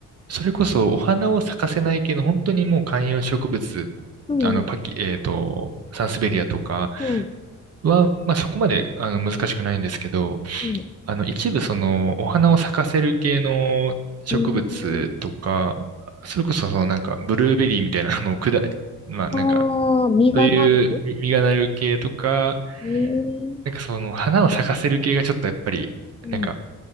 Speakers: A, on the right (about 55°); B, on the left (about 20°).
A: それこそお花を咲かせない系の本当にもう観葉植物、
B: うん、
A: あの、パキ、えーっと、サンスベリアとか
B: うん、うん、
A: は、まあそこまであの難しくないんですけど、
B: うん。
A: あの、一部そのお花を咲かせる系の植物とか、
B: うん
A: それこそそのなんかブルーベリーみたいなあの、くだ、まあなんか、
B: ああ、実がなる
A: そういう実実がなる系とか、
B: えー、
A: なんかその花を咲かせる系がちょっとやっぱり、
B: うん、
A: なんか